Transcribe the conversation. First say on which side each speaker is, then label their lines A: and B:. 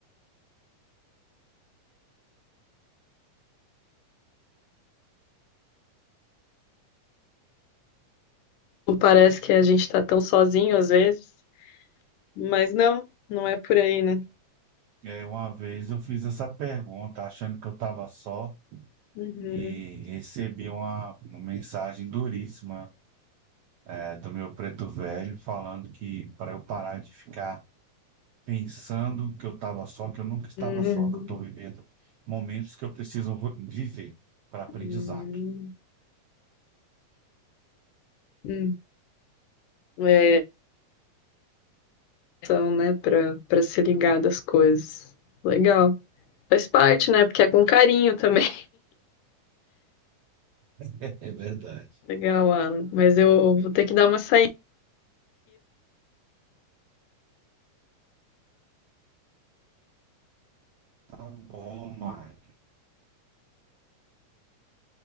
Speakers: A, on the left; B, on the right.
A: não parece que a gente tá tão sozinho às vezes, mas não, não é por aí, né?
B: É, uma vez eu fiz essa pergunta achando que eu estava só
A: Uhum,
B: e recebi uma, uma mensagem duríssima, é, do meu preto velho falando que para eu parar de ficar pensando que eu estava só, que eu nunca estava
A: uhum,
B: só, que eu estou vivendo momentos que eu preciso vo- viver para aprendizado.
A: uhum, uhum. É, são, né, pra, pra se ligar das coisas. Legal. Faz parte, né? Porque é com carinho também.
B: <laughs> É verdade.
A: <laughs> Legal, Alan. Mas eu vou ter que dar uma saída
B: Tá bom, Maia.